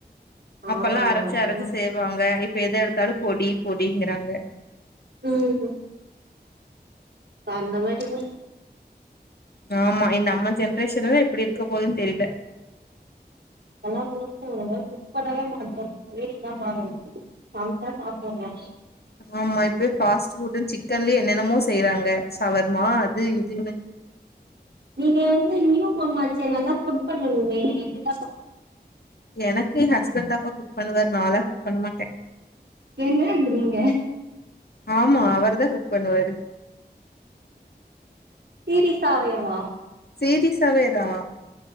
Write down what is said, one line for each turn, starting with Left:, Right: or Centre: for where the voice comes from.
Right: ஆ
Left: அப்பெல்லா அரச்சு
Right: சரியா
Left: அரச்சு செ ப்பாங்க இப்ப எத எடுத்தாலு பொடி பொடிங்கிறாங்க
Right: ம் இப்ப அந்த மாரி
Left: ஆமா நம்ம ஜென்ரேஷன்ல தா எப்டி இருக்க போதுன் தெரில
Right: எல்லாதியு <unintelligible> குக் பண்ணவே மாட்றோ வேடிக்க தா பாக்றது அதுக்தா சாப்பர்றே
Left: ஆமா இப்பயு ஃபாஸ்ட்டு புட்ன் சிக்கன்லே என்னென்னமோ செய்றாங்க சவர்மா அது இதுன்னு
Right: நீங்க வந்து நியூ மாம் ஆச்சே நல்லா குக் பண்ணுவீங்களே எப்டிலா சம
Left: எனக்கு ஏ ஹஸ்பண்ட்தாப்பா குக் பண்ணுவாரு நாளா குக் பண்ணமாட்டே
Right: எங்க அல்ரீங்க
Left: ஆமா அவர்தா குக் பண்ணுவாரு
Right: சீரிசாவே வா
Left: சீரிசாவே தா